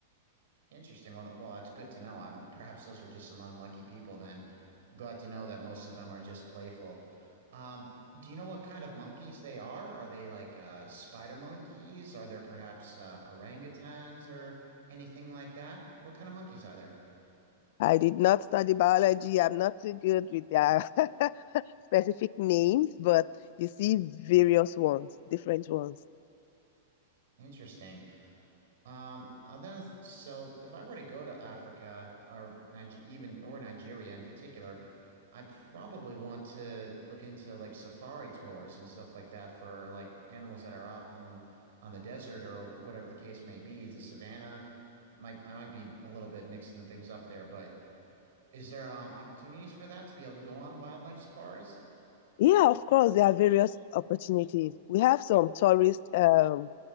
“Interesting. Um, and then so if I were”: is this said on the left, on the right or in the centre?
Right